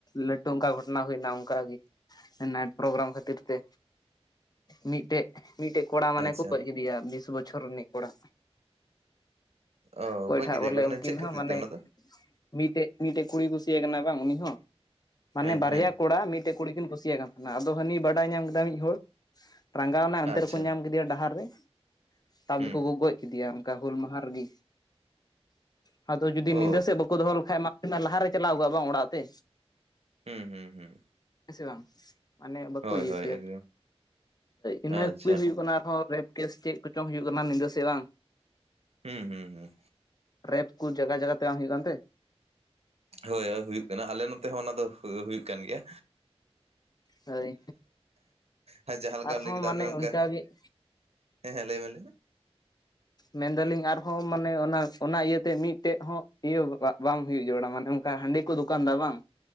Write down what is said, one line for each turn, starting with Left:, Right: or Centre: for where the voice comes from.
Left: ᱞᱟᱹᱴᱩ ᱚᱱᱠᱟ ᱜᱷᱚᱴᱚᱱᱟ ᱦᱩᱭᱱᱟ ᱚᱱᱠᱟᱜᱮ ᱱᱟᱭᱤᱴ ᱯᱨᱳᱜᱨᱟᱢ ᱠᱷᱟᱹᱛᱤᱨ ᱛᱮ ᱢᱤᱫᱴᱮᱡ ᱢᱤᱫᱴᱮᱡ ᱠᱚᱲᱟ ᱢᱟᱱᱮ
Right: ᱟᱪᱪᱷᱟ
Left: ᱠᱚ ᱜᱚᱡ ᱠᱮᱫᱮᱭᱟ ᱵᱤᱥ ᱵᱚᱪᱷᱚᱨ ᱨᱤᱱᱤᱡ ᱠᱚᱲᱟ
Right: ᱚ
Left: ᱚᱠᱚᱭᱴᱟᱜ
Right: ᱜᱚᱡ ᱠᱮᱫᱮᱭᱟ
Left: ᱵᱚᱞᱮ
Right: ᱠᱚ ᱢᱟᱱᱮ
Left: ᱩᱱᱠᱤᱱ
Right: ᱪᱮᱫ ᱠᱷᱟᱹᱛᱤᱨ
Left: ᱦᱚᱸ ᱢᱟᱱᱮ
Right: ᱛᱮ ᱚᱱᱟ ᱫᱚ
Left: ᱢᱤᱫᱴᱮᱡ ᱢᱤᱫᱴᱮᱡ ᱠᱩᱲᱤ ᱠᱩᱥᱤᱭᱟᱭ ᱠᱟᱱᱟ ᱵᱟᱝ ᱩᱱᱤ ᱦᱚᱸ ᱢᱟᱱᱮ
Right: ᱦᱮᱸ
Left: ᱵᱟᱨᱭᱟ
Right: ᱦᱮᱸ
Left: ᱠᱚᱲᱟ ᱢᱤᱫᱴᱮᱱ ᱠᱩᱲᱤ ᱠᱤᱱ ᱠᱩᱥᱤᱭᱟᱭ ᱠᱟᱱ ᱛᱟᱦᱮᱱᱟ ᱟᱫᱚ ᱦᱟᱹᱱᱤ ᱵᱟᱰᱟᱭ ᱧᱟᱢ ᱠᱮᱫᱟ ᱢᱤᱫ ᱦᱚᱲ ᱨᱟᱸᱜᱟᱣᱱᱟ ᱚᱱᱛᱮ
Right: ᱟᱪᱪᱷᱟ
Left: ᱨᱮᱠᱚ ᱧᱟᱢ ᱠᱮᱫᱮᱭᱟ ᱰᱟᱦᱟᱨ ᱨᱮ ᱛᱟᱭᱚᱢ
Right: ᱦᱩᱸ
Left: ᱛᱮᱠᱚ ᱜ-ᱜ ᱜᱚᱡ ᱠᱮᱫᱮᱭᱟ ᱚᱱᱠᱟ ᱦᱩᱞ ᱢᱟᱦᱟ ᱨᱮᱜᱮ, ᱟᱫᱚ ᱡᱩᱫᱤ ᱧᱤᱫᱟᱹ
Right: ᱚ
Left: ᱥᱮᱫ ᱵᱟᱠᱩ ᱠᱚ ᱫᱚᱦᱚ ᱞᱮᱠᱷᱟᱡ ᱢᱟ ᱞᱟᱦᱟᱨᱮ ᱪᱟᱞᱟᱣ ᱠᱚᱜᱼᱟ ᱵᱟᱝ ᱚᱲᱟᱜ ᱛᱮ
Right: ᱦᱩᱸ ᱦᱩᱸ ᱦᱩᱸ
Left: ᱦᱮᱸ ᱥᱮ ᱵᱟᱝ ᱢᱟᱱᱮ ᱵᱟᱠᱩ
Right: ᱦᱳᱭ
Left: ᱤᱭᱟᱹ
Right: ᱦᱳᱭ
Left: ᱠᱮᱭᱟ
Right: ᱮᱠᱫᱚᱢ
Left: ᱤᱱᱟᱹ
Right: ᱟᱪᱪᱷᱟ
Left: ᱠᱩᱜᱮ ᱦᱩᱭᱩᱜ ᱠᱟᱱᱟ ᱟᱨᱦᱚᱸ ᱨᱮᱯ ᱠᱮᱥ ᱪᱮᱫ ᱠᱚᱪᱚᱝ ᱦᱩᱭᱩᱜ ᱠᱟᱱᱟ ᱧᱤᱫᱟᱹ ᱥᱮᱫ ᱵᱟᱝ
Right: ᱦᱩᱸ ᱦᱩᱸ ᱦᱩᱸ
Left: ᱨᱮᱯ ᱠᱚ ᱡᱟᱜᱟ ᱡᱟᱜᱟᱛᱮ ᱵᱟᱝ ᱦᱩᱭᱩᱜ ᱠᱟᱱᱛᱮ
Right: ᱦᱳᱭ ᱦᱳᱭ ᱦᱩᱭᱩᱜ ᱠᱟᱱᱟ ᱟᱞᱮ ᱱᱚᱛᱮ ᱦᱚᱸ ᱚᱱᱟ ᱫᱚ ᱦᱩᱭᱩᱜ ᱠᱟᱱ ᱜᱮᱭᱟ
Left: ᱦᱳᱭ
Right: ᱟᱨᱸ ᱡᱟᱦᱟᱸ ᱞᱮᱠᱟᱢ
Left: ᱟᱨᱦᱚᱸ
Right: ᱞᱟᱹᱭ ᱠᱮᱫᱟ
Left: ᱢᱟᱱᱮ
Right: ᱚᱱᱮ ᱚᱱᱠᱟ
Left: ᱚᱱᱠᱟᱜᱮ
Right: ᱦᱮᱸ ᱦᱮ ᱞᱟᱹᱭ ᱢᱮ ᱞᱟᱹᱭ ᱢᱮ
Left: ᱢᱮᱱᱫᱟᱞᱤᱧ ᱟᱨᱦᱚᱸ ᱢᱟᱱᱮ ᱚᱱᱟ ᱚᱱᱟ ᱤᱭᱟᱹᱛᱮ ᱢᱤᱫᱴᱮᱡ ᱦᱚᱸ ᱤᱭᱟᱹ <unintelligible> ᱵᱟᱝ ᱦᱩᱭᱩᱜ <unintelligible> ᱢᱟᱱᱮ ᱚᱱᱠᱟ ᱦᱟᱺᱰᱤ ᱠᱚ ᱫᱚᱠᱟᱱ ᱫᱟ ᱵᱟᱝ